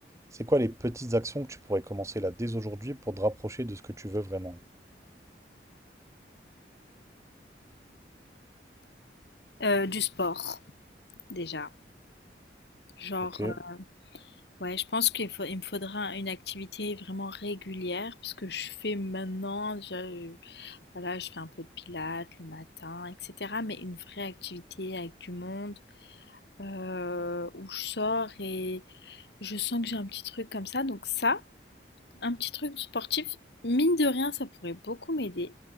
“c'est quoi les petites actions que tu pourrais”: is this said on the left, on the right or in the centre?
Right